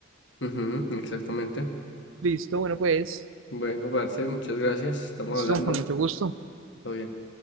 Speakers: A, on the left; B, on the right.
A: Ujú, exactamente.
B: Listo, bueno, pues,
A: Bueno, parce muchas gracias. Estamos
B: listo,
A: hablando.
B: con mucho gusto.
A: Todo bien.